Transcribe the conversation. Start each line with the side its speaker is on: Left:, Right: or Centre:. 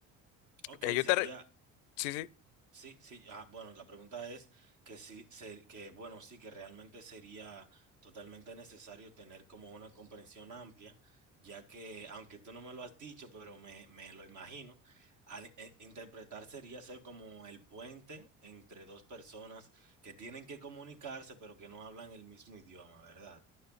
Right: Ok,
Left: Eh, yo
Right: sería
Left: te re- sí, sí,
Right: Sí, sí, ah, bueno, la pregunta es que sí, se- que bueno, sí, que realmente sería totalmente necesario tener como una comprensión amplia, ya que, aunque tú no me lo has dicho, pero me, me lo imagino, al- e- interpretar sería ser como el puente entre dos personas que tienen que comunicarse, pero que no hablan el mismo idioma, ¿verdad?